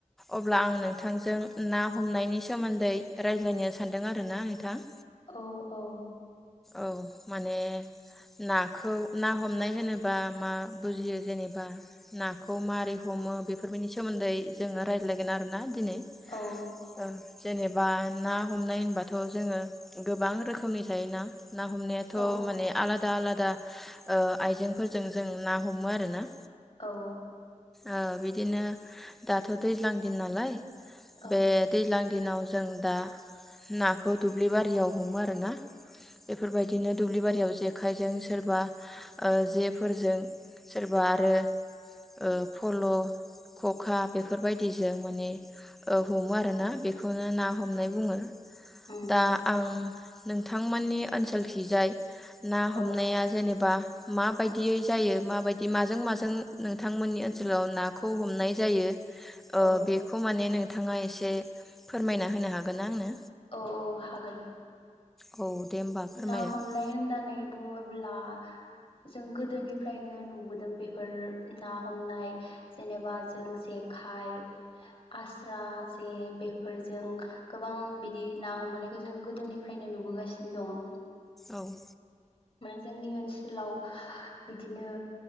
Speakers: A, in the centre; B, on the left.
A: अब्ला आं नोंथांजों ना हमनायनि सोमोन्दै रायज्लायनो सानदों आरो ना नोंथां।
B: औ औ।
A: औ माने नाखौ ना हमनाय होनोबा मा बुजियो जेनेबा नाखौ मारै हमो बेफोरबायनि सोमोन्दै जोंङो रायज्लायगोन आरोना दिनै
B: औ
A: औ जेनेबा ना हमनाय होनबाथ' जोंङो गोबां रोखोमनि थायो ना? ना हमनायाथ'
B: औ
A: माने आलादा आलादा ओ आइजेंफोरजों जों ना हमो आरो ना।
B: औ।
A: ओ बिदिनो दाथ' दैज्लां दिन नालाय
B: औ
A: बे दैज्लां दिनाव जों दा नाखौ दुब्लि बारियाव हमो आरोना। बेफोरबायदिनो दुब्लि बारियाव जेखाइजों सोरबा ओ जेफोरजों सोरबा आरो ओ फल' खखा बेफोरबायदिजों माने ओ हमो आरोना बेखौनो ना हमनाय बुङो
B: उम
A: दा आं नों थांमोननि ओनसोलखि जाय ना
B: औ
A: हमनाया जेनेबा माबायदियै जायो माबायदि माजों माजों नोंथांमोननि ओनसोलाव नाखौ हमनाय जायो। ओ
B: औ
A: बेखौ माने नोंथांङा एसे फोरमायना होनो हागोन ना आंनो?
B: औ औ हागोन।
A: औ दे होमबा फोरमायदो
B: ना हमनाय होननानै बुङोब्ला जों गोदोनिफ्रायनो नुबोदों बेफोर ना हमनाय जेनेबा जों जेखाइ आस्रा जे बेफोरजों गोबां बिदि ना हमबोनायखौ जों गोदोनिफ्रायनो नुबोगा सिनो दं।
A: औ
B: जोंनि ओनसोलाव बिदिनो